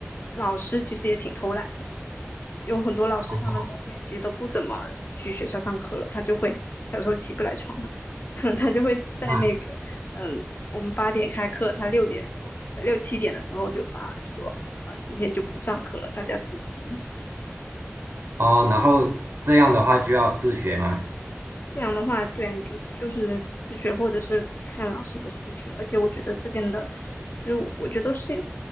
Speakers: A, on the left; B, on the right.
A: 老师其实也挺偷懒的，有很多老师他们冬天其实都不怎么去学校上课了，
B: 哦
A: 他就会他有时候起不来床，<laughs> 他就会在那个嗯，
B: 啊
A: 我们八点开课，他六点多六七点的时候就发来说，呃，今天就不上课了，大家自习。
B: 哦，然后这样的话就要自学吗？
A: 这样的话，对，你就就是自学或者是看老师的视频，而且我觉得这边的，其实我我觉得是，